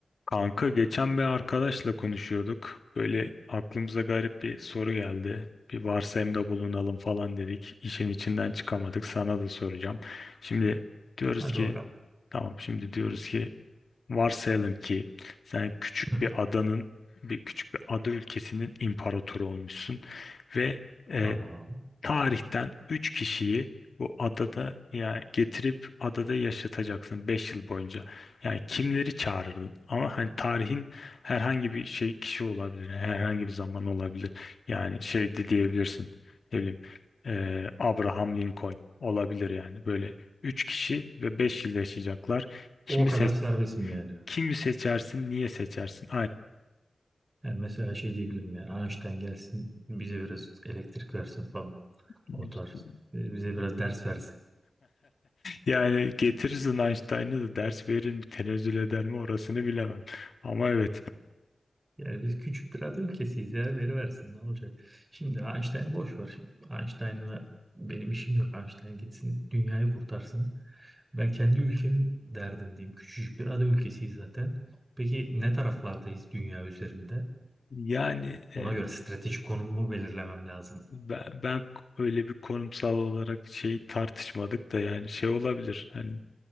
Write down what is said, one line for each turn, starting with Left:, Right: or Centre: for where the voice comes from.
Left: Kanka geçen bir arkadaşla konuşuyorduk. Böyle aklımıza garip bir soru geldi. Bir varsayımda bulunalım falan dedik. İşin içinden çıkamadık. Sana da soracağım. Şimdi diyoruz
Right: Hadi
Left: ki
Right: bakalım.
Left: tamam şimdi diyoruz ki varsayalım ki sen küçük
Right: Hı,
Left: bir adanın bir küçük bir ada ülkesinin imparatoru olmuşsun ve e,
Right: Tamam.
Left: tarihten 3 kişiyi bu adada yani getirip adada yaşatacaksın 5 yıl boyunca. Yani kimleri çağırırdın? Ama hani tarihin herhangi bir şey kişi olabilir. Herhangi bir zaman olabilir. Yani şey de diyebilirsin. Ne bileyim eee, Abraham Lincoln olabilir yani. Böyle 3 kişi ve 5 yıl yaşayacaklar. Kimi
Right: O kadar
Left: seç
Right: serbestim yani.
Left: kimi seçersin, niye seçersin?
Right: Yani mesela şey diyebilirim yani Einstein gelsin bize biraz elektrik versin falan.
Left: Aynen.
Right: O tarz. E, Bize biraz ders versin.
Left: Yani getirirsin Einstein'ı da ders verir mi, tenezzül eder mi orasını bilemem. Ama evet.
Right: Yani biz küçük bir ada ülkesiyiz ya veri versin ne olacak. Şimdi Einstein'ı boş ver. Şimdi Einstein'la benim işim yok. Einstein gitsin dünyayı kurtarsın. Ben kendi ülkemin derdindeyim. Küçücük bir ada ülkesiyiz zaten. Peki ne taraflardayız dünya üzerinde?
Left: Yani
Right: Ona
Left: e,
Right: göre stratejik konumumu belirlemem lazım.
Left: ben, ben öyle bir konumsal olarak şey tartışmadık da yani şey olabilir. Hani